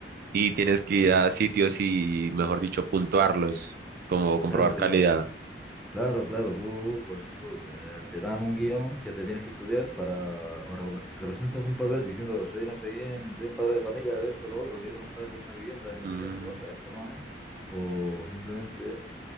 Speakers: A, on the right (about 55°); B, in the centre.
A: Y tienes que ir
B: Y
A: a sitios y, mejor dicho, puntuarlos, como comprobar
B: claro, claro,
A: calidad.
B: claro, claro, tú, pues eso, te, te dan un guión que te tienes que estudiar para, o rep- representas un papel diciendo, soy no sé quién, soy un padre de familia, de esto, lo otro, que quiero comprar esto, una vivienda y no
A: Mm,
B: sé qué, no sé cuánta infórmame. O simplemente